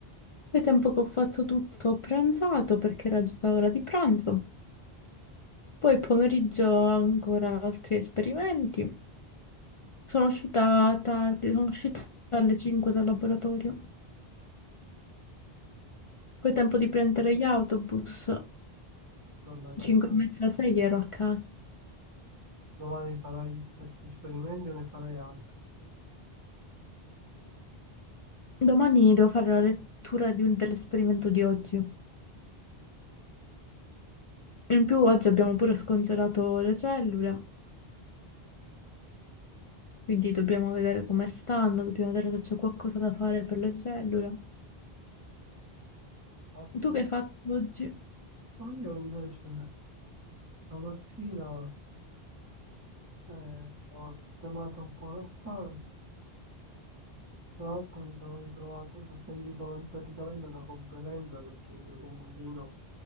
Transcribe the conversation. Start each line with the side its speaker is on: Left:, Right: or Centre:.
Left: Poi tempo che ho fatto tutto ho pranzato perché era già ora di pranzo. Poi pomeriggio ancora altri esperimenti. Sono uscita tardi, sono uscita alle 5 dal laboratorio. Poi tempo
Right: Sei
Left: di prendere gli autobus.
Right: tornata
Left: 5
Right: a casa.
Left: e mezza, 6 ero a casa.
Right: Domani farai gli stessi esperimenti o ne farai altri?
Left: Domani devo fare la lettura di un- dell'esperimento di oggi. In più oggi abbiamo pure scongelato le cellule, quindi dobbiamo vedere come stanno, dobbiamo vedere se c'è qualcosa da fare per le cellule.
Right: Basta.
Left: Tu che hai fatto oggi?
Right: Ma io invece la mattina Eh, ho sistemato un po' la stanza. Tra l'altro mi sono ritrovato, sono sentito in- praticamente una conferenza perché il mio coinquilino